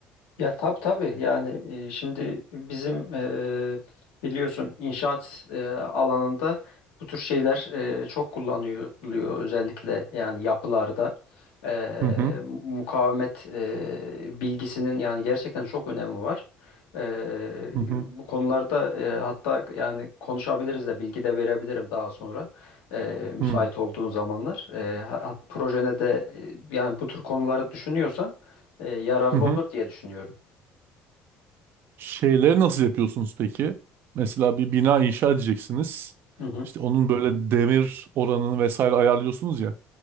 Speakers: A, on the left; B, on the right.
A: Ya tabii tabii yani e, şimdi bizim e, biliyorsun inşaat e, alanında bu tür şeyler e, çok kullanılıyor özellikle yani yapılarda E,
B: Hı hı
A: mukavemet e, bilgisinin yani gerçekten çok önemi var. E,
B: hı hı
A: bu konularda e, hatta yani konuşabiliriz de bilgi de verebilirim daha sonra e, müsait
B: hı
A: olduğun zamanlar. E, ha- hat- projene de e, yani bu tür konuları düşünüyorsan e, yararlı
B: hı. hı.
A: olur diye düşünüyorum.
B: Şeyleri nasıl yapıyorsunuz peki? Mesela bir bina inşa edeceksiniz.
A: Hı hı.
B: İşte onun böyle demir oranını vesaire ayarlıyorsunuz ya.